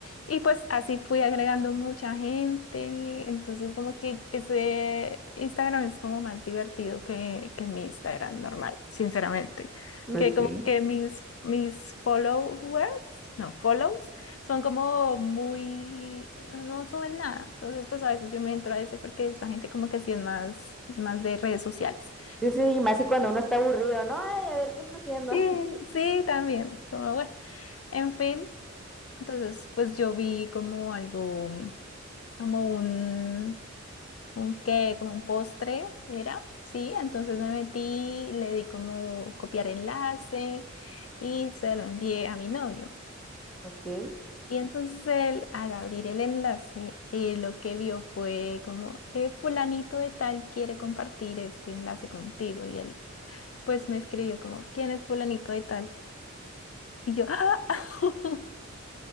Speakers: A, on the left (about 55°); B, in the centre.
A: Y pues así fui agregando mucha gente. Entonces, como que ese Instagram es como más divertido que, que mi Instagram normal, sinceramente.
B: <laughs>
A: Que como
B: Ok.
A: que mis, mis followers, no, follows, son como muy, no suben nada. Entonces, pues a veces yo me entro a ese porque esa gente como que sí es más, más de redes sociales.
B: Sí, sí, y más si cuando uno está aburrido, ¿no? Ay, a ver, ¿qué está haciendo?
A: Sí, sí, también. Como, bueno. En fin, entonces pues yo vi como algo, como un, un qué, como un postre, era, sí, entonces me metí, le di como copiar enlace y se lo envié a mi novio.
B: Ok, Eh,
A: Y entonces él, al abrir el enlace, eh, lo que vio fue como, eh, fulanito de tal quiere compartir este enlace contigo. Y él pues me escribió como, ¿quién es fulanito de tal? Y yo, ¡ah! <laughs>